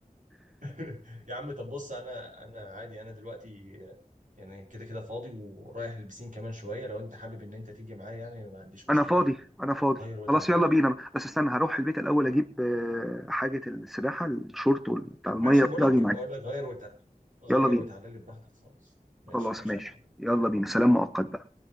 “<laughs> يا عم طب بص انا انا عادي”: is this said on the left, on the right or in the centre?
Right